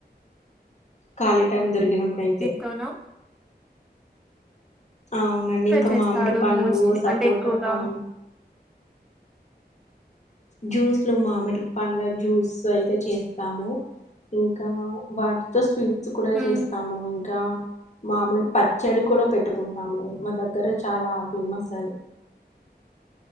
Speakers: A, on the left; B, in the centre.
A: ఖాళీ టైం దొరికినప్పుడయితే
B: అవునా
A: అవునండి
B: ప్రిపేర్
A: ఇంకా
B: చేస్తారు
A: మామిడి పండ్లు
B: మోస్ట్లీ
A: సపోట
B: అంటే ఎక్కువగా
A: పం జ్యూస్లు మామిడి పండ్ల జ్యూస్ అయితే చేస్తాము ఇంకా వాటితో స్వీట్స్ కూడా
B: ఉమ్
A: చేస్తాము ఇంకా మామిడి పచ్చడి కూడా పెట్టుకుంటాము మా దగ్గర చాలా ఫేమస్ అది